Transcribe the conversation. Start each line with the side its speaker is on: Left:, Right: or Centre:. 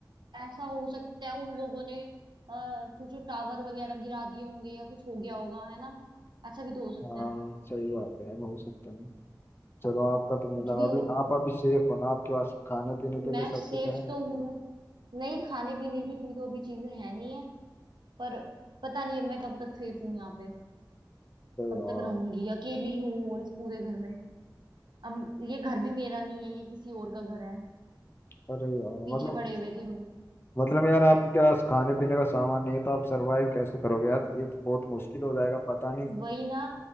Right: ऐसा हो सकता है उन लोगों ने आ, कुछ टावर वगैरह गिरा दिए होंगे या कुछ हो गया होगा है ना ऐसा भी तो हो सकता
Left: हाँ
Right: है
Left: सही बात है यार, हो सकता है चलो आपका तो मिला
Right: कुछ भी
Left: अभी
Right: हो
Left: आप अभी सेफ हो ना आपके पास खाने पीने के
Right: मैं
Left: लिए सब
Right: सेफ
Left: कुछ है
Right: तो हूँ नहीं खाने पीने की इतनी तो अभी चीजें है नहीं है पर पता नहीं अब मैं कब तक सेफ हूँ यहाँ पे
Left: अरे
Right: कब
Left: यार
Right: तक रहूंगी अकेली हूँ और इस पूरे घर में अब ये घर भी मेरा नहीं है ये किसी और का घर है
Left: अरे यार
Right: पीछे
Left: मतलब
Right: पड़े हुए थे
Left: मतलब यार आपके पास खाने पीने का सामान नहीं है तो आप सरवाइव कैसे करोगे यार ये तो बहुत मुश्किल हो जाएगा पता नहीं
Right: वही ना